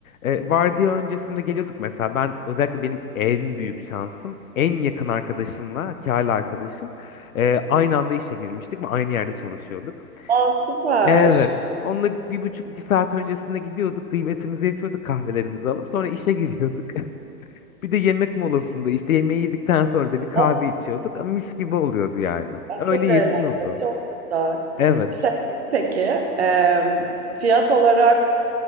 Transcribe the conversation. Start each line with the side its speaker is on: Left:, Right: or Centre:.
Left: Eee vardiya öncesinde geliyorduk mesela. Ben özellikle benim en büyük şansım en yakın arkadaşımla, ki hala arkadaşım eee, aynı anda işe girmiştik ve aynı yerde çalışıyorduk.
Right: aa, süper.
Left: Evet. Onunla bir buçuk iki saat öncesinde gidiyorduk. Kıymetimizi yapıyorduk kahvelerimizi alıp. Sonra işe giriyorduk. <laughs> Bir de yemek molasında işte yemeği yedikten sonra da bir kahve
Right: Oh,
Left: içiyorduk. Ama Mis gibi oluyordu yani.
Right: ben
Left: Öyle
Right: çok
Left: yetiyordu.
Right: eğlendim. Çok güzel.
Left: Evet.
Right: Şey, peki em, fiyat olarak